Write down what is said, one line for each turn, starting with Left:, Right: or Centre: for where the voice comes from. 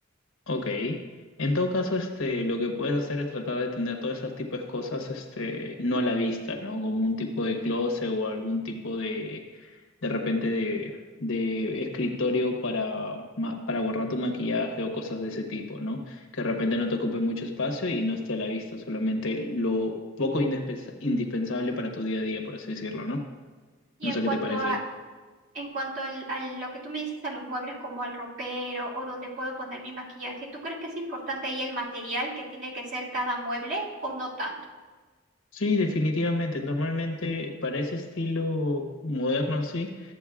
Left: Ok. En todo caso, este, lo que puedes hacer es tratar de tener todos esos tipos de cosas, este, no a la vista, ¿no? Como un tipo de closet o algún tipo de, de repente de, de escritorio para, ma- para guardar tu maquillaje o cosas de ese tipo, ¿no? Que de repente no te ocupe mucho espacio y no esté a la vista, solamente lo poco indispensa- indispensable para tu día a día, por así decirlo, ¿no?
Right: Y
Left: No
Right: en
Left: sé
Right: cuanto
Left: qué te parece
Right: a
Left: eso.
Right: En cuanto al- a lo que tú me dices, a los muebles como al ropero o donde puedo poner mi maquillaje, ¿tú crees que es importante ahí el material que tiene que ser cada mueble o no tanto?
Left: Sí, definitivamente. Normalmente para ese estilo moderno, sí.